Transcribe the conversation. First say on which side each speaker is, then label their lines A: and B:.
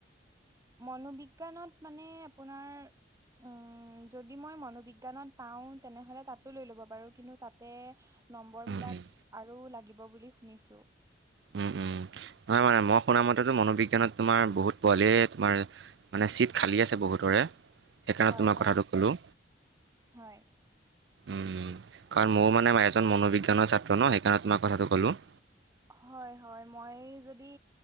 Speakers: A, on the right; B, on the right.
A: মনোবিজ্ঞানত মানে আপোনাৰ- উম' যদি মই মনোবিজ্ঞানত পাওঁ তেনেহ'লে তাতো লৈ ল'ব পাৰো। কিন্তু তা'তে- নম্বৰ
B: উম
A: বিলাক,
B: উম
A: আৰু লাগিব বুলি শুনিছো।
B: উম উম নহয় মানে মই শুনা মতেতো মনোবিজ্ঞানত তোমাৰ বহুত পোৱালেই তোমাৰ, মানে ছিট খালী আগত আছে বহুতৰে। সেইকাৰণে
A: হয়
B: তোমাক
A: হয়
B: কথাটো ক'লোঁ।
A: হয়
B: উমম কাৰণ ময়ো মানে এজন মনোবিজ্ঞানৰ ছাত্ৰ ন সেইকাৰণে তো মই কথাটো ক'লোঁ।
A: হয় হয় মই যদি,